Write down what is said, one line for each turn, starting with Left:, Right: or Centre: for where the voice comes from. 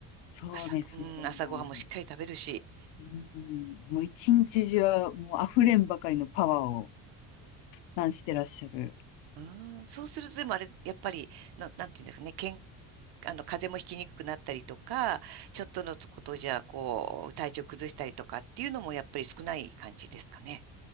Left: そうですよ。
Right: 朝、うん、
Left: う
Right: 朝ごはんもしっかり食べるし。
Left: ん、もう一日中、もう溢れんばかりのパワーを、なんしてらっしゃる。
Right: うん、そうすると、でもあれ、やっぱり、な、なんていうんですかね、健あの、風邪もひきにくくなったりとか、ちょっとのことじゃ、こう、体調崩したりとかっていうのもやっぱり少ない感じですかね。